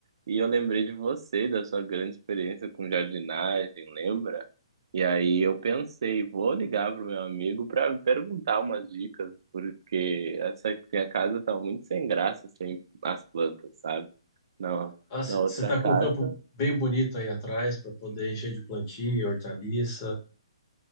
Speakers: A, on the right; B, on the left.
A: e eu lembrei de você, da sua grande experiência com jardinagem, lembra? E aí eu pensei, vou ligar pro meu amigo para perguntar umas dicas, porque essa minha casa tá muito sem graça sem as plantas, sabe? Na,
B: Ah, você
A: na outra
B: tá
A: casa
B: com um campo bem bonito aí atrás para poder encher de plantio, hortaliça.